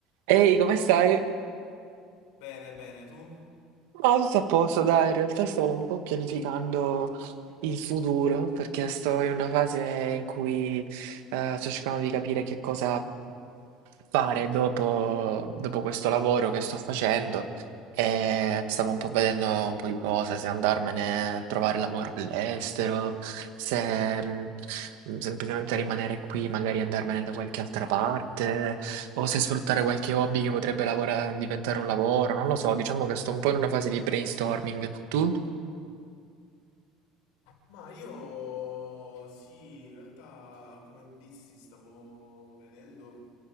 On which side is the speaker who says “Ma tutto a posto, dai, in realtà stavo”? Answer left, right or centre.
Right